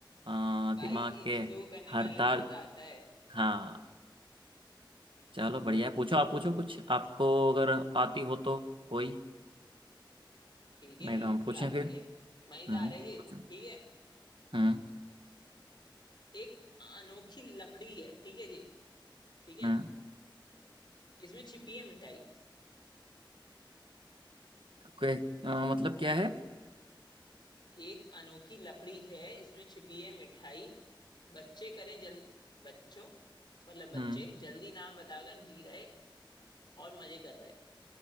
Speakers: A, on the right; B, on the left.
A: अ,
B: भाई
A: दिमाग
B: इन
A: के
B: चीजों को करने
A: हर
B: में अलग
A: तार
B: ही मजा आता है
A: हाँ चलो बढ़िया है पूछो आप पूछो कुछ आपको अगर आती हो तो कोई
B: ठीक है
A: नहीं
B: बिल्कुल
A: तो हम पूछें
B: आती
A: फिर
B: है मजेदार
A: हम्म
B: है ये
A: पूछो।
B: ठीक है
A: हम्म
B: एक अनोखी लकड़ी है ठीक है जी ठीक है
A: हम्म
B: इसमें छिपी है मिठाई
A: ओके अ, मतलब क्या है
B: एक अनोखी लकड़ी है इसमें छिपी है मिठाई बच्चे करें जल बच्चों मतलब बच्चे
A: हम्म
B: जल्दी नाम बताकर जी रहे और मजे कर रहे हैं